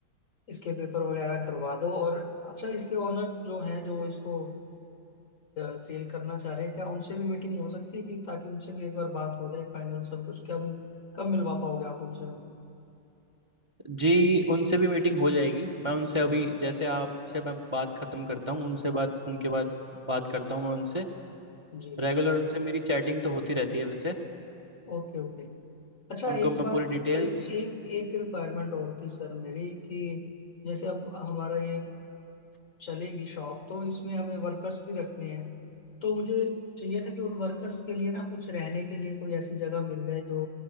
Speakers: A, on the left; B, on the right.
A: इसके पेपर वगैरह करवा दो और अच्छा इसके ओनर जो हैं जो इसको सेल करना चाह रहे हैं क्या उनसे भी मीटिंग हो सकती है कि ताकि उनसे भी एक बार बात हो जाए फाइनल सब कुछ क्या भी कब मिलवा पाओगे आप उनसे हमें
B: जी उनसे भी मीटिंग हो जाएगी मैं उनसे अभी जैसे आपसे मैं बात खत्म करता हूँ उनसे बात उनके बाद बात करता हूँ मैं उनसे
A: जी
B: रेगुलर उनसे मेरी चैटिंग तो होती रहती है वैसे
A: Okay okay अच्छा
B: उनको
A: एक
B: मैं
A: बात
B: पूरी डिटेल्स
A: ए, एक एक रिक्वायरमेंट और थी सर मेरी कि जैसे अब हमारा ये चलेगी शॉप तो इसमें हमें वर्कर्स भी रखने हैं तो मुझे चाहिए था कि उन वर्कर्स के लिए ना कुछ रहने के लिए कोई ऐसी जगह मिल जाए जो